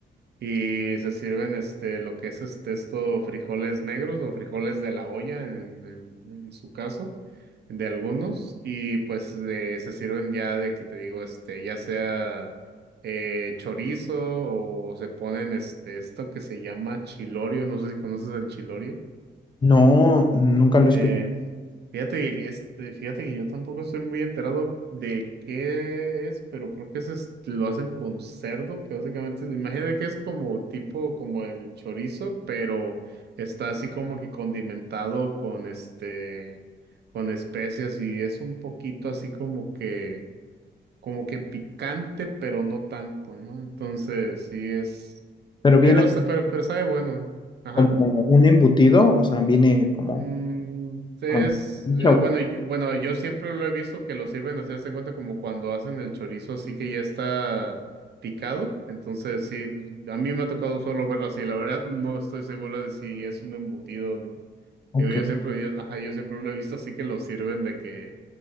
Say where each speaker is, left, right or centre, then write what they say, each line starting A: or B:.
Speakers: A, on the right; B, on the left.
A: y se sirven este lo que es este esto frijoles negros o frijoles de la olla en, en- en su caso de algunos y pues eh, se sirven ya de que te digo este ya sea eh, chorizo o se ponen este esto que se llama chilorio no sé si conoces el chilorio
B: No, nunca lo escuché,
A: eh, Fíjate que este, fíjate que yo tampoco estoy muy enterado de qué es, pero creo que ese es- lo hacen con cerdo, que básicamente, es- imagínate que es como tipo como el chorizo, pero está así como que condimentado con este, con especias y es un poquito así como que, como que picante, pero no tanto, ¿no? Entonces, sí es,
B: pero
A: pero,
B: viene
A: sa- pero, pero sabe bueno. Ajá.
B: como un embutido, o sea, viene como...
A: Mm, es
B: como- la
A: eh,
B: salchicha,
A: bueno, yo, bueno, yo siempre lo he visto que lo sirven, así hazte cuenta como cuando hacen el chorizo, así que ya está picado. Entonces, sí, pues, a mí me ha tocado solo verlo así. La verdad, no estoy seguro de si es un embutido o no.
B: Ok,
A: Digo, yo siempre, yo, ajá, yo siempre lo he visto así que lo sirven de que,